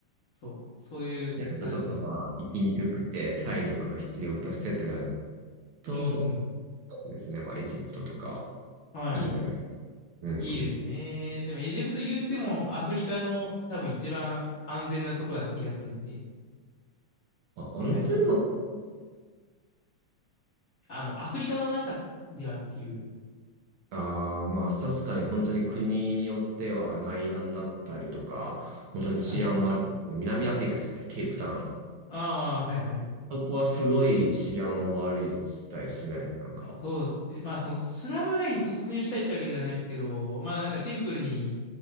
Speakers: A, on the left; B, on the right.
A: う、そう、そういう感じで。
B: であとちょっとまあ、生きにくくて体力が必要としてってなると、
A: うん、うん。
B: そうですね、まあ、エジプトとか
A: はい。
B: いいんじゃないですか。うん。
A: いいですね。でもエジプト言うてもアフリカの多分一番安全なとこな気がするんで、
B: <laughs> あ、温泉なんですか
A: なんかやっぱその、あの、アフリカの中ではっていう。
B: ああー、まあ、確かに本当に国によっては内乱だったりとか、本当に治安悪い。
A: はい。
B: 南アフリカでしたっけケープタウン。
A: ああ、はいはい。
B: そこはすごい治安悪いみたいですね。なんか。
A: そうですね。まあそのスラム街に突入したいってわけじゃないんですけど、まあなんかシンプルに